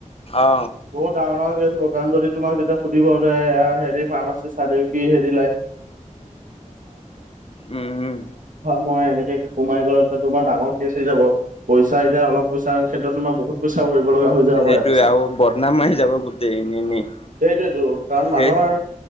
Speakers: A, on the left; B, on the right.
A: অ
B: বহুত ডাঙৰ ডাঙৰ কাৰণ যদি তোমাক তেতিয়া সুধিব যে, আ হেৰি ফাৰ্মাচীৰ চাৰ্টিফি কি হেৰি
A: উম উম।
B: <unintelligible> মই এনেকে সোমাই গ'ল, তেতিয়া তোমাৰ ডাঙৰ কেছ হৈ যাব। পইচা, এতিয়া অলপ পইচাৰ ক্ষেত্ৰত তোমাৰ বহুত পইচা ভৰিব লগা হৈ যাব
A: সেইটোয়ে,
B: পাৰে পিছত
A: আৰু বদনাম আহি যাব গোটেই এনে এনেই।
B: সেইটোয়েতো, কাৰণ মানুহৰ
A: সেই